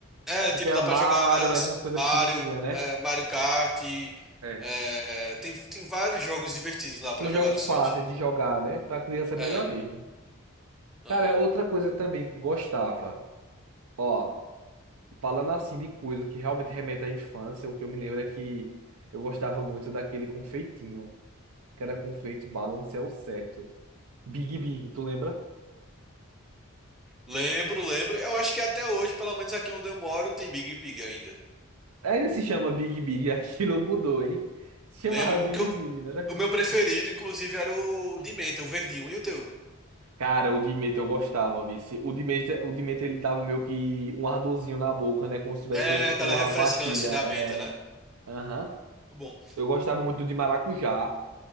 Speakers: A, in the centre; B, on the right.
A: É,
B: Porque
A: tipo,
B: é
A: dá
B: Mario,
A: pra jogar
B: essas coisas
A: Mario,
B: pequenininhas, né?
A: é, Mario Kart,
B: É.
A: é, tem, tem vários jogos divertidos lá pra
B: São
A: jogar
B: jogos
A: no Switch.
B: fáceis de jogar, né? Pra criança é
A: É,
B: melhor mesmo.
A: aham.
B: Cara, outra coisa também que eu gostava. Ó. Falando assim de coisa que realmente remete à infância, o que eu me lembro é que eu gostava muito daquele confeitinho, que era confeito balance é o certo. Big Big, tu lembra?
A: Lembro, lembro. Eu acho que até hoje, pelo menos aqui onde eu moro, tem Big Big ainda.
B: Ainda se chama Big Big, <laughs> aquilo mudou, hein? Se
A: Lembro.
B: chamava Big
A: O que eu-
B: Big, não era?
A: o meu preferido, inclusive, era o de menta, o verdinho. E o teu?
B: Cara, o Demeter eu gostava, vice. O Demeter, o Demeter ele dava meio que um ardorzinho na boca, né? Como se tivesse
A: É
B: meio que
A: aquela
B: com uma
A: refrescância
B: pastilha.
A: da
B: É...
A: menta, né?
B: Aham.
A: Muito Bom.
B: Eu gostava muito do de maracujá